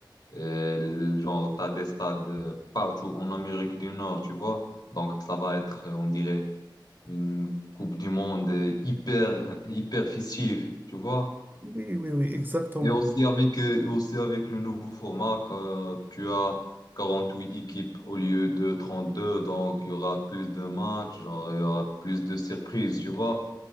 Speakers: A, on the left; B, on the right.
A: Euh, le- genre, t'as des stades euh, partout en Amérique du Nord, tu vois. Donc, ça va être, euh, on dirait, une Coupe du Monde euh, hyper, <laughs> hyper festive, tu vois.
B: Oui, oui, oui, exactement.
A: Et aussi avec, euh, et aussi avec le nouveau format, quand tu as 48 équipes au lieu de 32, donc il y aura plus de matchs, genre, il y aura plus de surprises, tu vois.